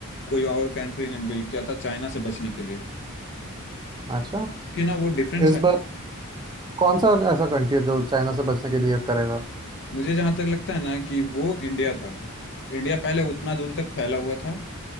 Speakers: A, on the left; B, on the right.
A: कोई और कंट्री ने बिल्ड किया था चाइना से बचने के लिए
B: अच्छा
A: क्योंकि ना वो डिफरेंस
B: इस
A: है
B: बार कौन सा ऐसा कंट्री है जो चाइना से बचने के लिए करेगा
A: मुझे जहां तक लगता है ना कि वो इंडिया था इंडिया पहले उतना दूर तक फैला हुआ था